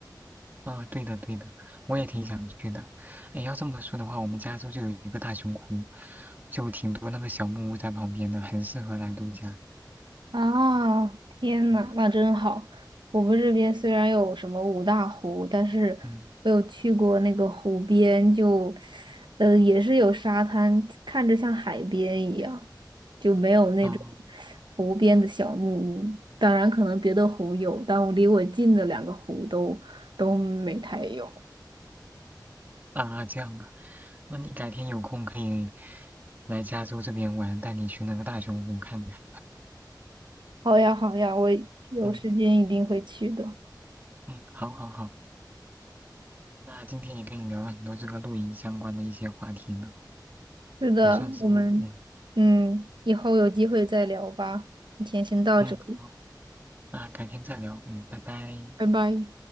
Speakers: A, on the right (about 25°); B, on the right (about 85°).
A: 啊，对的对的，我也挺想去的。哎，要这么说的话，我们加州就有一个大熊湖，就挺多那个小木屋在旁边的，很适合来度假。
B: 啊，天呐，
A: 嗯
B: 那真好！我们这边虽然有什么五大湖，但是我有去过那个湖边就，
A: 嗯，
B: 呃，也是有沙滩，看着像海边一样，就没有那种
A: 哦
B: 湖边的小木屋。当然，可能别的湖有，但我离我近的两个湖都都没太有。
A: 啊，这样啊，那你改天有空可以来加州这边玩，带你去那个大熊湖看看。
B: 好呀，好呀，我有时间一定会去的。
A: 嗯嗯，好好好，那今天也跟你聊了很多这个露营相关的一些话题呢，
B: 是的，
A: 也算是嗯
B: 我们嗯，以后有机会再聊吧。今天先到这里，
A: 嗯好，那改天再聊，嗯，拜拜。
B: 拜拜。